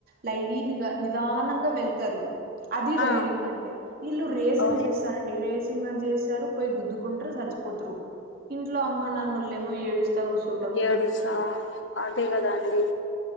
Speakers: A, on the right (about 50°); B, on the left (about 65°).
A: లైనిగా నిదానంగా వెళ్తారు అది
B: ఆ
A: రైడింగ్ అంటే వీళ్ళు రేసింగ్
B: ఓ
A: చేస్తారండి రేసింగ్ అని చేస్తారు పోయి గుద్దుకుంటారు సచ్ పోతురు ఇంట్లో అమ్మ నాన్నోళ్ళేమో ఏడుస్తా కూసు
B: ఏడుస్సా అదే కాదండి